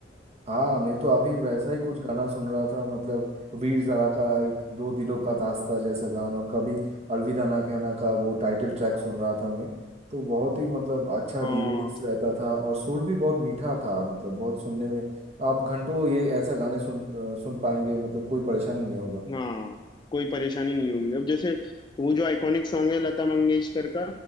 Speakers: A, on the right; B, on the left.
A: हाँ मैं तो अभी वैसा ही कुछ गाना सुन रहा था मतलब वीर ज़ारा का एक दो दिलों का दास्ता जैसा गान और कभी अलविदा ना कहना का वो टाइटल ट्रैक सुन रहा था मैं तो बहुत ही मतलब अच्छा
B: हाँ
A: लिरिक्स रहता था और सुर भी बहुत मीठा था मतलब बहुत सुनने में आप घंटों ये ऐसा गाने सुन अ, सुन पाएंगे मतलब कोई परेशानी नहीं होगा
B: हाँ कोई परेशानी नहीं होगी अब जैसे वो जो आइकॉनिक सॉन्ग है लता मंगेशकर का